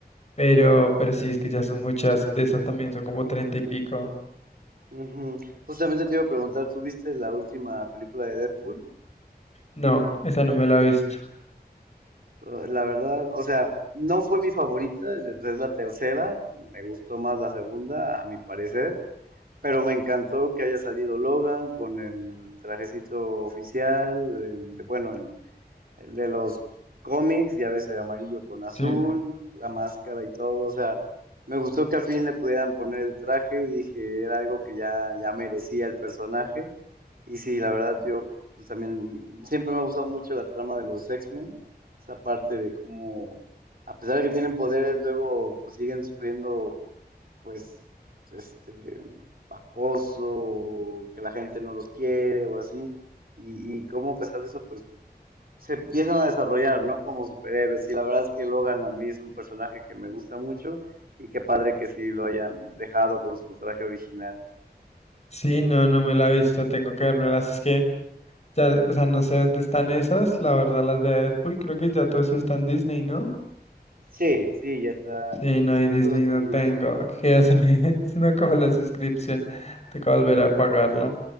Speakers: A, on the left (about 40°); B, on the right (about 60°).
A: Pero, pero sí, es que ya son muchas. De esas también son como treinta y pico.
B: Ujú. Justamente te iba a preguntar, ¿tú viste la última película de Deadpool?
A: No, esa no me la he visto.
B: Eh, La verdad, o sea, no fue mi favorita, es la tercera, me gustó más la segunda, a mi parecer. Pero me encantó que haya salido Logan con el trajecito oficial, el, de- bueno, el, el de los cómics, ya ves, el amarillo con azul,
A: Sí.
B: la máscara y todo. O sea, me gustó que al fin le pudieran poner el traje, dije, era algo que ya, ya merecía el personaje. Y sí, la verdad, yo pues también siempre me ha gustado mucho la trama de los X-Men, esa parte de cómo, a pesar de que tienen poderes, luego pues siguen sufriendo pues, este, acoso, o que la gente no los quiere o así, y, y cómo a pesar de eso, pues, se empiezan a desarrollar, ¿no? Como superhéroes, y la verdad es que Logan a mí es un personaje que me gusta mucho, y qué padre que sí lo hayan dejado con su traje original.
A: Sí, no, no me la he visto. Tengo que las Es que ya, o sea, no sé dónde están esas. La verdad, las de Deadpool, creo que ya todo eso está en Disney, ¿no?
B: Sí, sí, ya está,
A: Sí, no, y
B: ya
A: Disney
B: todo está
A: no
B: en Disney.
A: tengo. Que ya se me, <laughs> se me acabó la suscripción. Tengo que volver a pagarla.